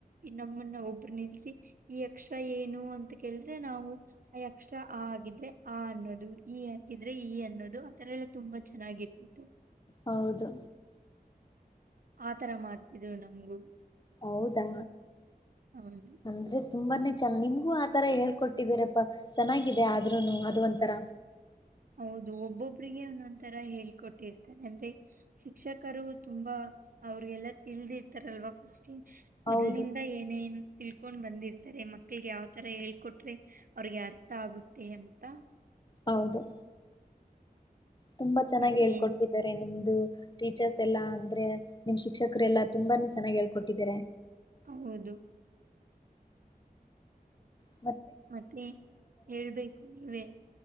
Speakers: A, on the right; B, on the left.
A: ನಮ್ಮನ್ನ ಒಬ್ರು ನಿಲ್ಸಿ ಈ ಅಕ್ಷರ ಏನು ಅಂತ ಕೇಳಿದ್ರೆ ನಾವು ಆ ಅಕ್ಷರ ಆ ಆಗಿದ್ರೆ ಆ ಅನ್ನೋದು ಈ ಆಗಿದ್ರೆ ಈ ಅನ್ನೋದು ಆ ತರ ಎಲ್ಲ ತುಂಬಾ ಚೆನ್ನಾಗಿರ್ತಿತ್ತು.
B: ಹೌದು.
A: ಆತರ ಮಾಡ್ತಿದ್ರು ನಮ್ಗು
B: ಹೌದಾ
A: ಹೌದು
B: ಅಂದ್ರೆ ತುಂಬಾನೇ ಚ ನಿಮ್ಗೂ ಆತರ ಹೇಳ್ಕೊಟ್ಟಿದ್ದೀರಪ್ಪಾ ಚೆನ್ನಾಗಿದೆ ಆದ್ರೂನು ಅದು ಒಂಥರ.
A: ಹೌದು ಒಬ್ಬೊಬ್ರಿಗೆ ಒಂದೊಂದ ತರ ಹೇಳ್ಕೊಟ್ಟಿರ್ತಾರೆ ಅಂದ್ರೆ ಶಿಕ್ಷಕರು ತುಂಬಾ ಅವ್ರಿಗೆಲ್ಲ ತಿಲ್ದಿ ತರಲ್ವಾ ಫಸ್ಟ್ಲಿ ಮೊದ್ಲಿನಿಂದ
B: ಹೌದು
A: ಏನೇನ್ ತಿಳ್ಕೊಂಡ್ ಬಂದಿರ್ತಾರೆ ಮಕ್ಳಿಗೆ ಯಾವ್ತರ ಹೇಳ್ಕೊಟ್ರೆ ಅವ್ರಿಗೆ ಅರ್ಥ ಆಗುತ್ತೆ ಅಂತ
B: ಹೌದು ತುಂಬಾ ಚೆನ್ನಾಗಿ
A: ಮತ್ತೆ
B: ಹೇಳ್ಕೊಡ್ತಿದ್ದಾರೆ
A: ಏನ್
B: ನಿಮ್ಗೆ ಟೀಚರ್ಸ್ ಎಲ್ಲಾ ಅಂದ್ರೆ ನಿಮ್ ಶಿಕ್ಷಕರು ಎಲ್ಲಾ ತುಂಬಾನೇ ಚೆನ್ನಾಗ್ ಹೇಳ್ಕೊಟ್ಟಿದಿದ್ದಾರೆ.
A: ಹೌದು.
B: ಹ್ಮ
A: ಮತ್ತೆ ಹೇಳ್ಬೇಕು ನೀವೇ